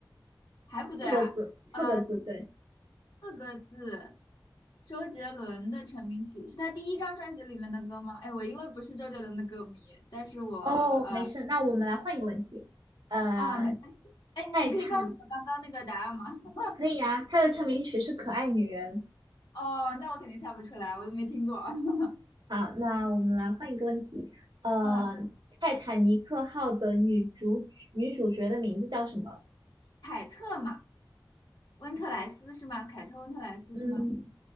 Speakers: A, on the left; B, on the right.
A: 还不对啊。
B: 四个字，四个字，
A: 呃，
B: 对。
A: 四个字，周杰伦的成名曲是他第一张专辑里面的歌吗？哎，我因为不是周杰伦的歌迷，但是我呃。
B: 哦，没事，那我们来换一个问题。呃，
A: 啊，没关系。哎，
B: 泰坦
A: 你可以告诉我刚刚那个答案吗？<laughs>
B: 可以啊，他的成名曲是《可爱女人》。
A: 哦，那我肯定猜不出来，我都没听过。<laughs>
B: 好，那我们来换一个问题。呃，
A: 嗯，
B: 泰坦尼克号的女主女主角的名字叫什么？
A: 凯特嘛，温特莱斯是吗？凯特温特莱斯是吗
B: 嗯。